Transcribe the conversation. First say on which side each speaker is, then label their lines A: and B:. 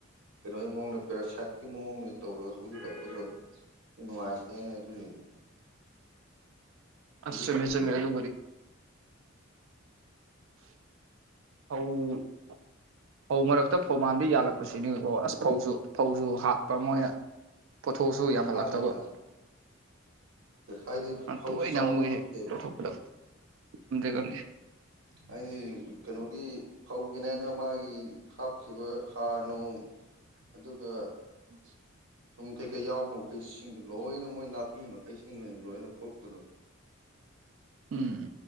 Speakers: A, on the right; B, on the right.
A: ꯀꯩꯅꯣꯒꯤ ꯃꯑꯣꯡꯗ ꯄꯦꯔꯥꯁꯥꯏꯠꯀꯤ ꯃꯑꯣꯡꯅꯦ ꯇꯧꯔꯒ ꯍꯧꯖꯤꯜꯂ ꯐꯖ ꯅꯨꯡꯉꯥꯏꯇꯦ ꯑꯗꯨꯗꯤ
B: ꯑꯁꯨ
A: ꯇꯧꯗ꯭ꯔꯦꯕ
B: ꯃꯁꯨꯃꯦ ꯑꯗꯨ ꯑꯧ ꯐꯧ ꯃꯔꯛꯇ ꯐꯧ ꯃꯥꯟꯕ ꯌꯥꯜꯂꯛꯄꯁꯤꯅꯤ ꯑꯣ ꯑꯁ ꯐꯧꯁꯨ ꯐꯧꯁꯨ ꯍꯥꯠꯄ ꯃꯣꯏꯅ ꯄꯣꯠꯊꯣꯛꯑꯁꯨ ꯌꯥꯝ
A: ꯍꯥꯜꯂꯦ
B: ꯍꯂꯥꯛꯇꯕ
A: ꯍꯥꯜꯂꯦ ꯍꯥꯏꯗꯤ
B: ꯌꯥꯝ
A: ꯐꯧꯁꯤ
B: ꯇꯣꯏꯅ
A: ꯆꯥꯎꯕ
B: ꯃꯣꯏ
A: ꯉꯝꯗꯦꯕ
B: ꯂꯧꯊꯣꯛꯄꯗ‌ꯣ ꯉꯝꯗꯤ ꯉꯝꯗ
A: ꯑꯩ ꯀꯩꯅꯣꯒꯤ ꯐꯧꯒꯤꯅ‌ꯦꯅ ꯃꯥꯒꯤ ꯍꯥꯞꯈꯤꯕ ꯍꯥꯔ ꯅꯨꯡ ꯑꯗꯨꯒ
B: ꯎꯝ
A: ꯊꯨꯝ ꯀꯩꯀꯩ ꯌꯥꯎꯕ ꯃꯈꯩꯁꯤꯡꯗ‌ꯣ ꯂꯣꯏꯅ ꯃꯣꯏ ꯅꯥꯄꯤ ꯃꯈꯩꯁꯤꯡ ꯑꯣꯏꯅ ꯂꯣꯏꯅ ꯂꯧꯊꯣꯛꯄꯗꯣ
B: ꯎꯝ